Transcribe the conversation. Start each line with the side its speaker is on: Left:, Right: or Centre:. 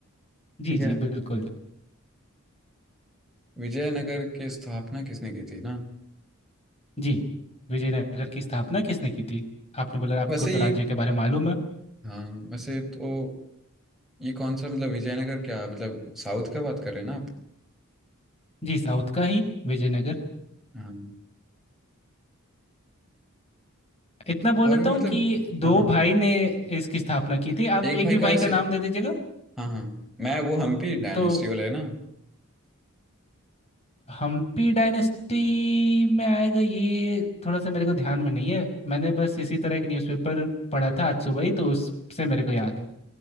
Centre: ठीक
Left: जी जी
Centre: है
Left: बिल्कुल
Centre: विजयनगर की स्थापना किसने की थी ना
Left: जी विजयनगर की स्थापना किसने की थी आपने बोला आपको
Centre: वैसे
Left: तो
Centre: ये
Left: राज्य के बारे में मालूम है
Centre: हाँ वैसे तो ये कौन सा मतलब विजयनगर क्या मतलब साउथ का बात कर रहे हैं ना आप
Left: जी साउथ का ही विजयनगर
Centre: हाँ
Left: इतना बोल
Centre: और
Left: देता
Centre: भी
Left: हूँ
Centre: मतलब
Left: कि दो
Centre: हाँ हाँ
Left: भाई ने इसकी स्थापना की थी आप
Centre: एक
Left: एक
Centre: भाई
Left: भी
Centre: का
Left: भाई
Centre: वैसे
Left: का नाम दे दीजिएगा
Centre: हाँ हाँ मैं वो हम्पी डायनेस्टी
Left: तो
Centre: वाला है ना
Left: हम्पी डायनेस्टी में आएगा ये थोड़ा सा मेरे को ध्यान में नहीं है मैंने बस इसी तरह एक न्यूज़पेपर पढ़ा था आज सुबह ही तो उससे मेरे को याद है